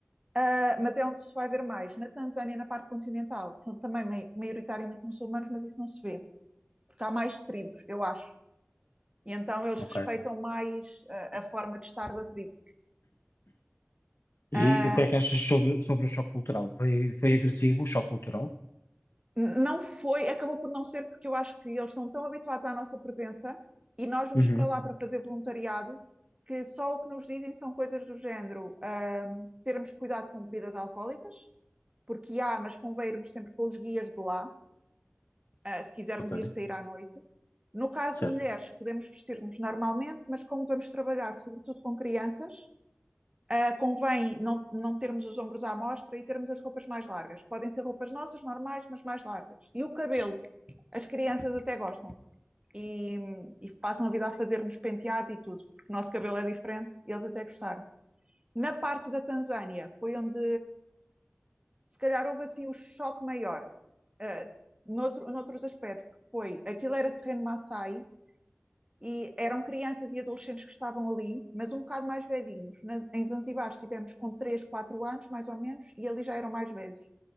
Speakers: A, on the right; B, on the left.
A: Ah, mas é onde se vai ver mais. Na Tanzânia, na parte continental, são também mai- maioritariamente muçulmanos, mas isso não se vê, porque há mais tribos, eu acho. E então eles
B: ok.
A: respeitam mais ah, a forma de estar da tribo. Ah,
B: E, e o que é que achas sobre, sobre o choque cultural? Foi, foi agressivo o choque cultural?
A: não foi, acabou por não ser, porque eu acho que eles estão tão habituados à nossa presença e nós vamos
B: Uhum,
A: para lá para fazer voluntariado que só o que nos dizem são coisas do género ah, termos cuidado com bebidas alcoólicas, porque há, mas convém irmos sempre com os guias de lá ah, se quisermos
B: ok,
A: ir sair à noite. No caso
B: certo.
A: de mulheres, podemos vestir-nos normalmente, mas como vamos trabalhar, sobretudo com crianças, ah, convém não, não termos os ombros à mostra e termos as roupas mais largas. Podem ser roupas nossas, normais, mas mais largas. E o cabelo, as crianças até gostam e, e passam a vida a fazer-nos penteados e tudo, porque o nosso cabelo é diferente e eles até gostaram. Na parte da Tanzânia foi onde se calhar houve assim o choque maior, ah, noutro, noutros aspectos, porque foi, aquilo era terreno Maasai, e eram crianças e adolescentes que estavam ali, mas um bocado mais velhinhos. Na, em Zanzibar estivemos com 3, 4 anos, mais ou menos, e ali já eram mais velhos.